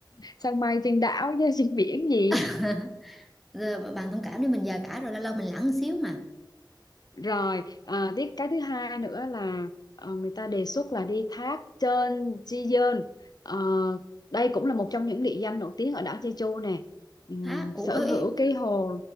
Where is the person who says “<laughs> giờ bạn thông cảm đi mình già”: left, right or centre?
Centre